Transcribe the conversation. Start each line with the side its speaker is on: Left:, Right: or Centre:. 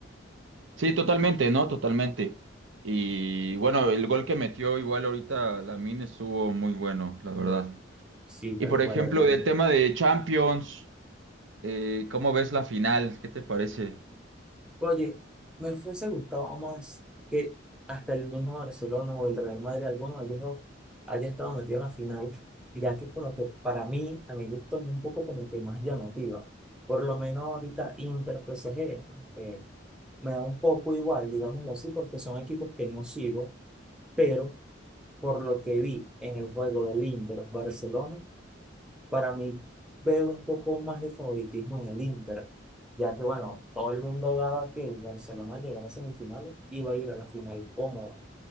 Right: Sí, totalmente, ¿no? Totalmente. Y bueno, el gol que metió igual ahorita Lamine estuvo muy bueno, la verdad.
Centre: Sí,
Right: Y
Centre: tal
Right: por ejemplo,
Centre: cual, hermano.
Right: del tema de Champions, eh, ¿cómo ves la final? ¿Qué te parece?
Centre: Oye, me fuese gustado más que hasta el mismo Barcelona o el Real Madrid, alguno de ellos no haya estado metido en la final, ya que como que para mí, a mi gusto, es un poco como que más llamativa. Por lo menos ahorita Inter PSG, eh, me da un poco igual, digámoslo así, porque son equipos que no sigo, pero por lo que vi en el juego del Inter Barcelona, para mí veo un poco más de favoritismo en el Inter, ya que bueno, todo el mundo daba que el Barcelona llegara a semifinales y iba a ir a la final cómoda.